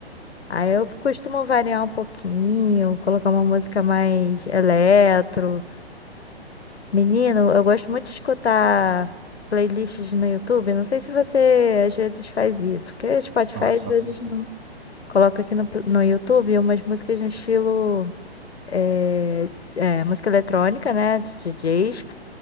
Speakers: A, on the left; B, on the right.
A: Aí eu costumo variar um pouquinho, colocar uma música mais eletro. Menino, eu gosto muito de escutar playlists no YouTube. Não sei se você às vezes faz isso, porque Spotify
B: Faço,
A: às
B: faço
A: vezes
B: sim.
A: não. Coloca aqui no, pl- no YouTube umas músicas no estilo. é, é, música eletrônica, né? De DJs,